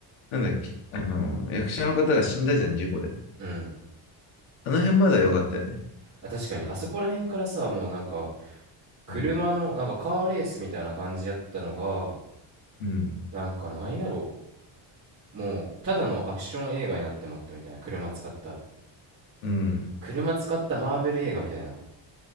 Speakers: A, on the left; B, on the right.
A: なんだっけ、あの、役者の方が死んだじゃん、事故で。
B: うん。
A: あの辺まだ良かったよね。
B: あ、確かに、あそこら辺からさ、もうなんか、車の、
A: うん、
B: なんかカーレースみたいな感じやったのが、
A: うん、
B: なんかなんやろう。もう、ただのアクション映画になってまったみたいな。車使った。
A: うん、
B: 車使ったマーベル映画みたいな。